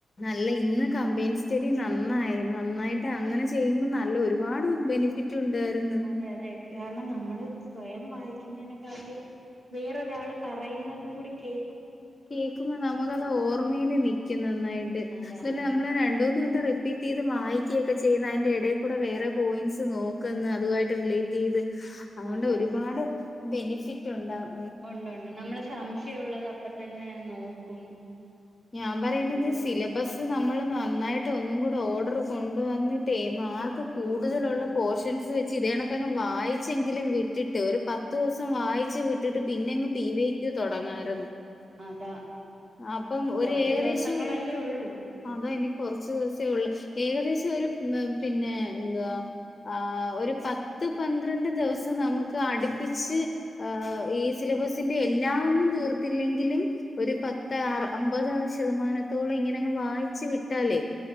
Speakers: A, on the left; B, on the right.
A: നല്ല ഇന്ന് കമ്പയിൻസ് ചെടി നന്നായി നന്നായിട്ട് അങ്ങനെ ചെയ്യുമ്പോൾ നല്ല ഒരുപാട് ബെനിഫിറ്റ് ഉണ്ടായിരുന്നു
B: അതെ അതെ കാരണം നമ്മള് സ്വയം വായിക്കുന്നതിന <unintelligible> വേറെ ഒരാള് പറയുന്നതും കൂടി കേ
A: കേക്കുമ്പോ നമ്മക്കത് ഓർമയില് നിക്കും നന്നായിട്ട്
B: അതാ
A: അതല്ല നമ്മള് രണ്ട് മൂന്ന് വട്ടം റിപ്പീ <unintelligible> വായിക്കുകയൊക്കെ ചെയ്യുന്ന അതിന്റെ എടേക്കുട വേറെ പോയിന്റ്സ് നോക്കന്ന് അതുവായിട്ട് റിലേറ്റ് ചെയ്ത് അതു കൊണ്ട്
B: അതാ
A: ഒരുപാട് ബെനിഫിറ്റ് ഒണ്ടാവും
B: ഉണ്ട് ഉണ്ട് നമ്മള് സംശയം ഉുള്ളത് അപ്പ തന്നെ നോക്കും
A: ഞാൻ പറയുന്നത്
B: അങ്ങനെയൊക്കെ
A: സിലബസ് നമ്മൾ നന്നായിട്ട് ഒന്നും കൂടി ഓർഡർ കൊണ്ട് വന്നിട്ടേ മാർ കൂതലുള്ള
B: ഉം ഉം
A: പോഷെൻസ് വെച്ച് ഇതേ കണക് വായിച്ചെങ്കിലും വിട്ടിട്ട് ഒരു പത്ത് ദിവസം വായിച്ച വിട്ടിട്ട് പിന്നെങ്ങ് പി വേക്ക തുടങ്ങാമായിരുന്നു
B: അതാ
A: അപ്പം
B: പിന്നെ
A: ഒരു
B: കൊറച്ച്
A: ഏകദേശം
B: ദിവസങ്ങളല്ലേ
A: ഒരു
B: ഉള്ളൂ
A: അത കുറച്ച് ദിവസേ ഉള്ള ഏകദേശം ഒരു പിന്നെ എന്തവാ ആ ഒരു പത്ത് പന്ത്രണ്ട് ദിവസം നമുക്ക് അടുപ്പിച്ച് ഈ സിലബസിന്റെ എല്ലാ ഒന്നും തീർത്തില്ലെങ്കിലും ഒരു റ്
B: ഉം
A: അമ്പത് ശതമാനത്തോളം ഇങ്ങനങ്ങ് വായിച്ചു വിട്ടാലേ